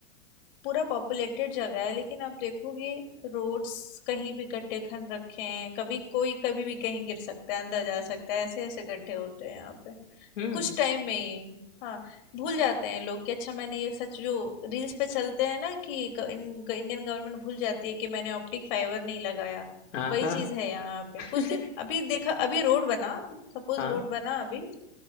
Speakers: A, on the left; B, on the left.
A: पूरा पॉपुलेटेड जगह है लेकिन आप देखोगे रोड्स कहीं भी गड्ढे खन रखे हैं कभी कोई कभी भी कहीं गिर सकता है अंदर जा सकता है ऐसे ऐसे गड्ढे होते हैं यहाँ पे
B: हम्म
A: कुछ टाइम में ही हाँ भूल जाते हैं लोग कि अच्छा मैंने ये सच जो रील्स पे चलते हैं ना कि ग, इन, ग, इंडियन गवर्नमेंट भूल जाती है कि मैंने ऑप्टिक फाइबर नहीं लगाया
B: हाँ
A: वही
B: हाँ
A: चीज है यहाँ पे
B: <laughs>
A: कुछ दिन अभी देखा अभी रोड बना सपोज
B: हाँ
A: रोड बना अभी